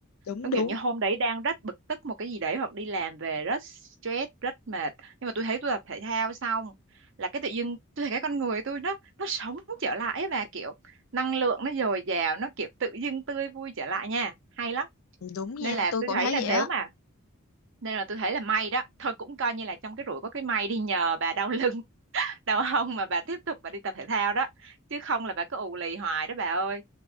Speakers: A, on the left; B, on the right.
A: đúng
B: giống
A: đúng
B: kiểu như hôm đấy đang rất bực tức một cái gì đấy hoặc đi làm về rất stress rất mệt nhưng mà tôi thấy tôi tập thể thao xong là cái tự dưng tôi thấy cái con người tôi nó nó sống trở lại và kiểu năng lượng nó dồi dào nó kiểu tự dưng tươi vui trở lại nha hay lắm
A: đúng nha
B: nên là
A: tôi
B: tôi
A: cũng
B: thấy
A: thấy
B: là nếu
A: vậy á
B: mà nên là tôi thấy là may đó thôi cũng coi như là trong cái rủi có cái may đi nhờ bà đau lưng <laughs> đau hông mà bà tiếp tục bà đi tập thể thao đó chứ không là bà cứ ù lì hoài đó bà ơi